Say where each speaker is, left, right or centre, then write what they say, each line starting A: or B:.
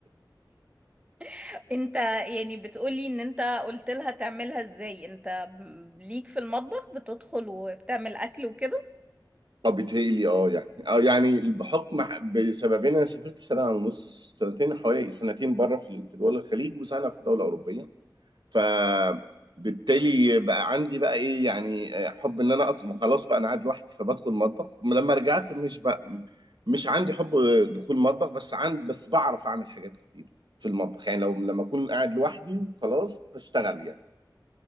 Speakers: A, on the right (about 15°); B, on the right (about 70°).
A: <laughs> انت يعني بتقولي ان انت قلت لها تعملها ازاي انت ب- ليك في المطبخ بتدخل وبتعمل اكل وكده
B: اه بيتهيألي اه يعني اه يعني بحكم ح- بسببين انا سافرت سنه ونص سنتين حوالي سنتين بره في في دول الخليج وسنه في دوله اوروبيه فبالتالي بقى عندي بقى ايه يعني آه، حب ان انا اطبخ خلاص بقى انا قاعد لوحدي فبدخل مطبخ لما رجعت مش بقى مش عندي حب دخول مطبخ بس عند بس بعرف اعمل حاجات كتير في المطبخ يعني لو لما اكون قاعد لوحدي وخلاص بشتغل يعني